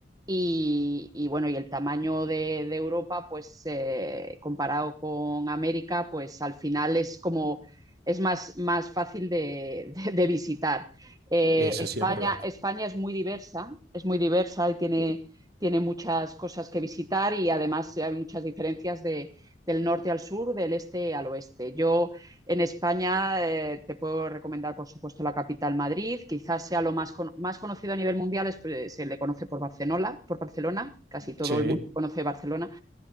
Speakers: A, on the right (about 20°); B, on the right (about 60°).
A: Y, y bueno, y el tamaño de, de Europa, pues eh, comparado con América, pues al final es como es más, más fácil de, de- de visitar. Eh,
B: eso
A: España,
B: sí es verdad.
A: España es muy diversa, es muy diversa y tiene, tiene muchas cosas que visitar y además hay muchas diferencias de- del norte al sur, del este al oeste. Yo en España eh, te puedo recomendar, por supuesto, la capital Madrid. Quizás sea lo más, con- más conocido a nivel mundial, es, pues, se le conoce por Barcelona, por Barcelona. Casi todo
B: Sí,
A: el mundo conoce Barcelona,